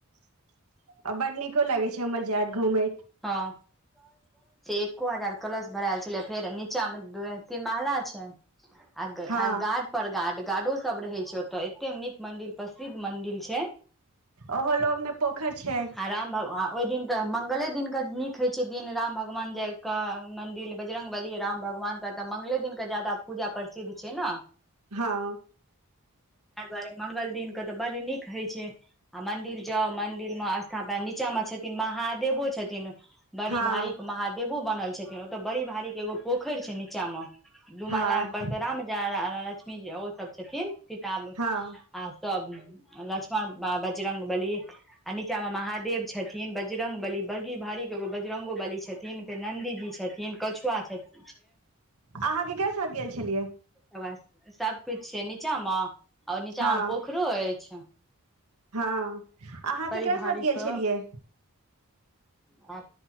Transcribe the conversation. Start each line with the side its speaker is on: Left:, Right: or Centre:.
Right: <inaudible> बड नीको लगै छै इमह जायत घूमैत
Centre: हँ <inaudible> से एक्को हजार कलश भराएल छलै फेर नीचा मे तीन महला छै आ
Right: हँ
Centre: गार्ड पर गार्ड गार्डो सब रहै छै त एते नीक मंदिर प्रसिद्ध मंदिर छै
Right: ओहो लग मे पोखर छै
Centre: <inaudible> आ राम भगवान ओइदिन त मंगले दिन नीक होइ छै दिन राम भगवान जाय कऽ मंदिर बजरंगबली राम भगवानके तऽ मंगले दिनकऽ ज्यादा पूजा प्रसिद्ध छै न
Right: हँ
Centre: ताहि दुआरे मंगल दिन के तऽ बड नीक होइ छै आ मंदिर जाउ मंदिर मे स्थापना नीचा मे छथिन महादेवो छथिन बड़ी
Right: हँ
Centre: भारी के महादेवो बना छथिन ओतऽ बड़ी भारी के एगो पोखरि छै, नीचा मे दू महला
Right: हँ
Centre: परतो राम ज लक्ष्मीजी ओ सभ छथिन सीता
Right: हँ
Centre: आ सभ लक्ष्मण ब बजरांग बाकी, आ नीचा मे महादेव छथिन बगी भारी के एगो बाजरंगो बली छथिन फेर नन्दी जी छथिन कछुआ छथिन
Right: अहाँकेँ सभ गेल छलियै
Centre: तब सभ किछु छै नीचा मे आओर नीचा
Right: हँ
Centre: मे पोखरो अछि
Right: हँ, अहाँ के
Centre: बड़ी
Right: करा
Centre: भारी
Right: साथ गेल
Centre: क
Right: छलियै
Centre: आ